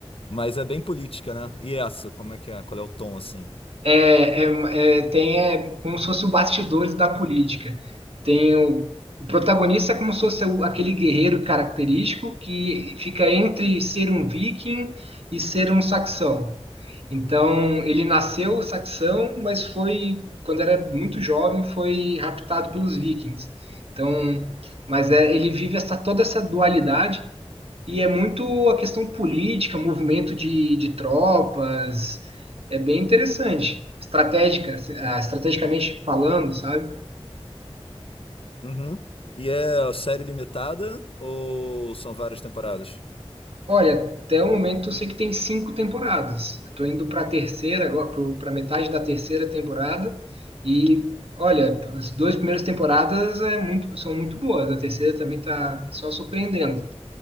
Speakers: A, on the left; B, on the right.
A: Mas é bem política, né? E essa, como é que é? Qual é o tom, assim?
B: É, é- é- tem é, como se fosse o bastidores da política. Tem o, o protagonista é como se fosse o- aquele guerreiro característico que fica entre ser um viking e ser um saxão. Então, ele nasceu saxão, mas foi, quando era muito jovem, foi raptado pelos vikings. Então, mas é, ele vive essa, toda essa dualidade e é muito a questão política, movimento de, de tropas, é bem interessante, estratégica, ah, estrategicamente falando, sabe?
A: Uhum. E é série limitada ou são várias temporadas?
B: Olha, até o momento eu sei que tem cinco temporadas. Eu tô indo para a terceira agora, para metade da terceira temporada e olha, as duas primeiras temporadas é muito, são muito boas. A terceira também tá só surpreendendo,